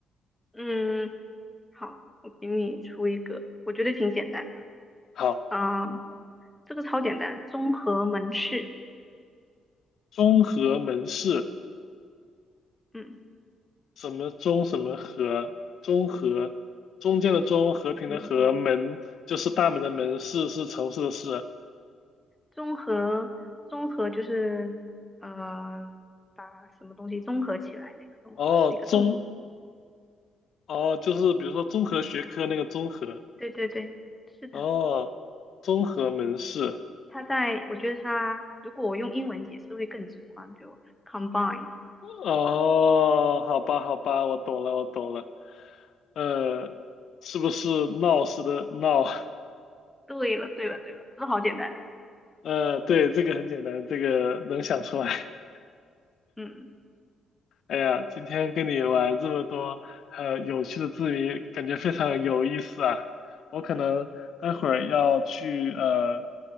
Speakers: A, in the centre; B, on the left.
A: 嗯，好，我给你出一个，我觉得挺简单的，
B: 好，
A: 啊、这个超简单，综合门市。
B: 中和门市，
A: 嗯。
B: 什么中什么和，中和，中间的中，和平的和，
A: 嗯，
B: 门就是大门的门，市是城市的市。
A: 综合综合就是，呃，把什么东西综合起来，那个综合是一个动词
B: 哦，综，哦，就是比如说综合学科那个综合，
A: 对对对，是的。
B: 哦，综合门市，
A: 它在，我觉得它，如果我用英文解释会更直观，比如 combine。
B: 哦，好吧，好吧，我懂了，我懂了，呃，是不是闹似的闹？<laughs>
A: 对了对了对了，这好简单。
B: 呃，对，这个很简单，这个能想出来。<laughs>
A: 嗯
B: 哎呀，今天跟你玩这么多呃有趣的字谜，感觉非常有意思啊。我可能待会儿要去呃